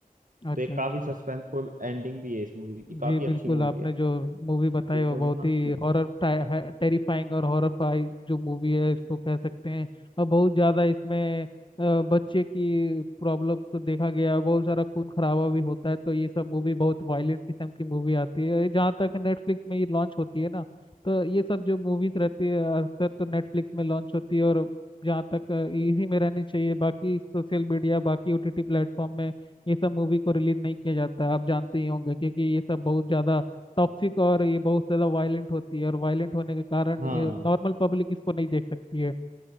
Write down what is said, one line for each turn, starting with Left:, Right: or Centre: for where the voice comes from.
Left: अच्छा
Right: तो एक
Left: अच्छा
Right: काफी सस्पेंसफुल एंडिंग भी है इस मूवी की
Left: जी
Right: काफी
Left: बिल्कुल
Right: अच्छी मूवी
Left: आपने
Right: है
Left: जो मूवी बताई
Right: देखोगे
Left: वो बहुत
Right: ना
Left: ही हॉरर टेरिफाइंग और हॉरर जो मूवी है इसको कह सकते हैं और बहुत ज़्यादा इसमें अ, बच्चे की प्रॉब्लम को देखा गया बहुत सारा खून खराबा भी होता है तो ये सब मूवी बहुत वायलेंट किस्म की मूवी आती है जहाँ तक नेटफ्लिक्स में ये लॉन्च होती है ना तो ये सब जो मूवीज रहती है अक्सर तो नेटफ्लिक्स में लॉन्च होती है और जहाँ तक इसी में रहनी चाहिए बाकी सोशल मीडिया बाकी ओटीटी प्लेटफॉर्म में ये सब मूवी को रिलीज नहीं किया जाता आप जानते ही होंगे क्योंकि ये सब बहुत ज़्यादा टॉक्सिक और ये बहुत ज़्यादा वायलेंट होती है और वायलेंट होने के कारण
Right: हाँ
Left: नॉर्मल पब्लिक इसको नहीं देख सकती है